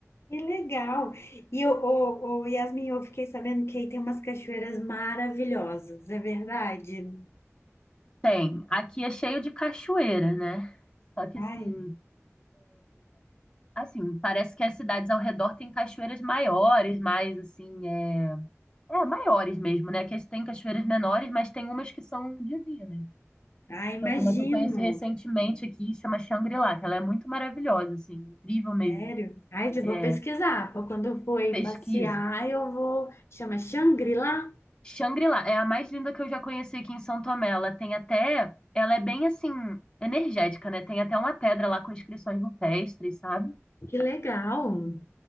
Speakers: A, on the left; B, on the left.
A: Que legal. E o, o, o Yasmin, eu fiquei sabendo que aí tem umas cachoeiras maravilhosas, é verdade?
B: Tem, aqui é cheio de cachoeira, né? Só que,
A: Ai,
B: assim, assim, parece que as cidades ao redor têm cachoeiras maiores, mais, assim, é... É, maiores mesmo, né? Que tem cachoeiras menores, mas tem umas que são divinas.
A: ai, imagino.
B: Tem Uma que eu conheci recentemente aqui, chama Shangri-La, que ela é muito maravilhosa, assim, incrível mesmo.
A: Sério? Ai, eu
B: É,
A: vou pesquisar. Pra quando eu for aí
B: Pesquise.
A: passear, eu vou. Chama Shangri-La?
B: Shangri-La é a mais linda que eu já conheci aqui em São Tomé. Ela tem até. Ela é bem assim, energética, né? Tem até uma pedra lá com inscrições rupestres, sabe?
A: Que legal!